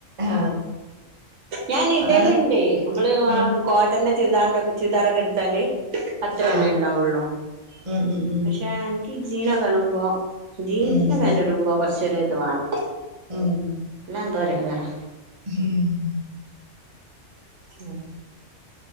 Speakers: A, on the right; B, on the right.
A: ആ,
B: ഞാൻ ഇടലുണ്ട്
A: അതാണ്
B: നമ്മള്
A: ആ,
B: കോട്ടന്റെ ചുരിദാറിൻ്റൊക്കെ ചുതാറക്കെടുത്താല് അത്ര
A: ആ
B: തന്നെണ്ടാവുള്ളൂ
A: ഉം, ഉം, ഉം,
B: പക്ഷേ ഈ ജീനകടുമ്പോ ജീൻസിൻ്റെ
A: ഉം,
B: പാന്റ് ഇടുമ്പോ കുറച്ചൊ ഒരു ഇത് വാണം
A: ഉം
B: എന്തൊരടങ്ങേറാ
A: <unintelligible>
B: ഉം